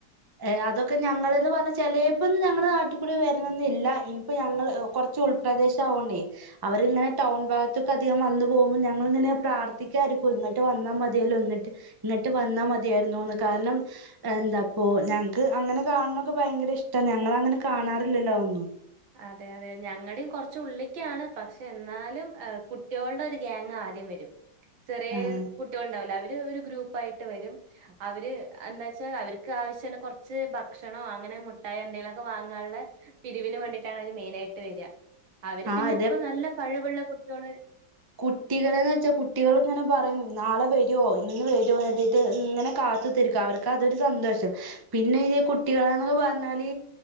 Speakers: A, on the right; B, on the right.
A: ഏഹ് അതൊക്ക ഞങ്ങൾന്ന് പറഞ്ഞ ചിലപ്പൊ ഞങ്ങളുടെ നാട്ടിൽക്കൂടി വരണൊന്നും ഇല്ല ഇനിപ്പ ഞങ്ങള് കുറ ച്ച് ഉൾപ്രദേശം ആവണ്ടേ അവരിങ്ങനെ ടൗൺ ഭാഗത്തൊക്കെ അധികം വന്നു പോകുമ്പോൾ ഞങ്ങൾങ്ങനെ പ്രാർത്ഥിക്കായിരിക്കും ഇങ്ങോട്ട് വന്നാൽ മതിയല്ലോ എന്നിട്ട് എന്നിട്ട് വന്നാ മതിയായിരുന്നു കാരണം എന്താപ്പൊ ഞങ്ങക്ക് അങ്ങനെ കാണണൊക്കെ ഭയങ്കര ഇഷ്ടമാണ് ഞങ്ങ അങ്ങനെ കാണാറില്ലല്ലോ ഒന്നും
B: അതെ അതെ ഞങ്ങളുടെയും കുറച് ഉള്ളിക്കാണ് പക്ഷെ എന്നാലും കുട്ടികളുടെ ഒരു ഗ്യാങ് ആദ്യം വരും ചെറിയ
A: ആഹ്
B: കുട്ടികളുണ്ടാവോലേ അവര് ഒരു ഗ്രൂപ്പായിട്ട് വരും അവര് എന്താ വച്ചാ അവർക്ക് ആവശ്യമുള്ള കുറച്ച് ഭക്ഷണോ അങ്ങനെ മുട്ടായോ എന്തെങ്കിലു ഒക്കെ വാങ്ങാനുള്ള പിരിവിന് വേണ്ടിട്ടാണ് അവര് മെയിൻ ആയിട്ട് വരിക അവര്
A: ആഹ്
B: പിന്നെ ഇപ്പ നല്ല കഴിവുള്ള കുട്ടികള്
A: കുട്ടികളന്ന് വെച്ചാൽ കുട്ടികൾ ഇങ്ങനെ പറയും നാളെ വരുവോ ഇന്ന് വരുവോ കരുതിയിട്ട് ഇങ്ങനെ കാത്തുത്തിരിക്കു അവർക്ക് അതൊരു സന്തോഷം പിന്നെ ഈ കുട്ടികളന്നൊക്കെ പറഞ്ഞാല്